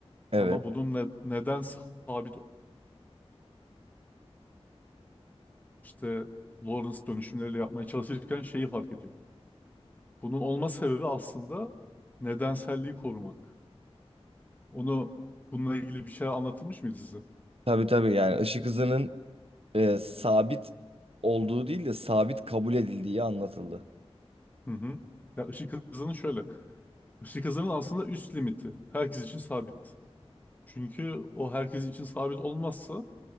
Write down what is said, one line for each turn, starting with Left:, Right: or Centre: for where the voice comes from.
Right: Evet.
Left: Ama bunun ne- neden sabit ol- işte Lorentz dönüşümleriyle yapmaya çalışırken şeyi fark ediyor. Bunun olma sebebi aslında nedenselliği korumak. Onu bununla ilgili bir şey anlatılmış mıydı size?
Right: Tabii tabii yani ışık hızının e, sabit olduğu değil de sabit kabul edildiği anlatıldı.
Left: Hı hı. Ya ışık hızının şöyle. Işık hızının aslında üst limiti herkes için sabit. Çünkü o herkes için sabit olmazsa